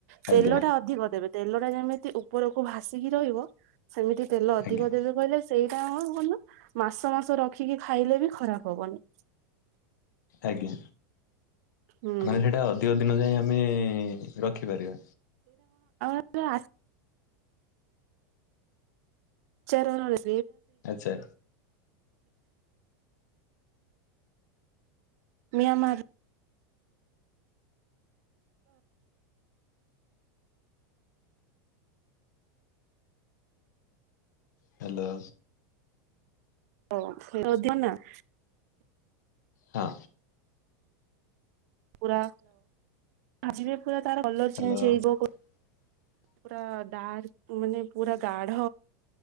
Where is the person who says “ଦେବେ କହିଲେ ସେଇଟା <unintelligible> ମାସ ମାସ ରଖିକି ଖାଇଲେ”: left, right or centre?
Right